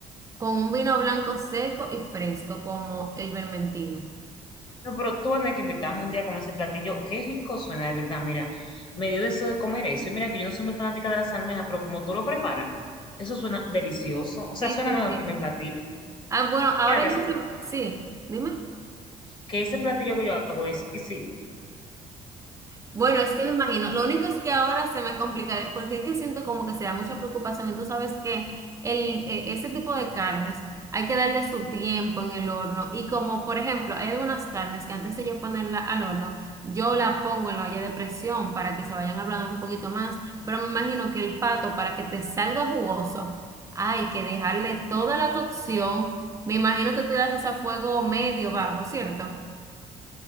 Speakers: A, on the right; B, on the left.
A: con un vino blanco seco y fresco como el vermentino.
B: No, pero tú vas a tener que invitarme un día a comer ese platillo. Qué rico suena, de verdad. Mira, me dio deseo de comer eso. Y mira que yo no soy muy fanática de las almejas, pero como tú lo preparas, eso suena delicioso. O sea,
A: Sí,
B: suena
A: sí,
B: mejor
A: sí.
B: que mi platillo.
A: Ah, bueno, ahora
B: Mira que,
A: yo...
B: ese-
A: Sí, dime.
B: que ese platillo que yo hago es exquisito.
A: Bueno, es que me imagino, lo único es que ahora se me complicaría, porque es que siento como que será mucha preocupación y tú sabes que el, e- ese tipo de carnes hay que darle su tiempo en el horno y como por ejemplo hay algunas carnes que antes de yo ponerla al horno, yo la pongo en la olla de presión para que se vayan ablandando un poquito más, pero me imagino que el pato para que te salga jugoso hay que dejarle toda la cocción, me imagino que tú la haces a fuego medio bajo, ¿cierto?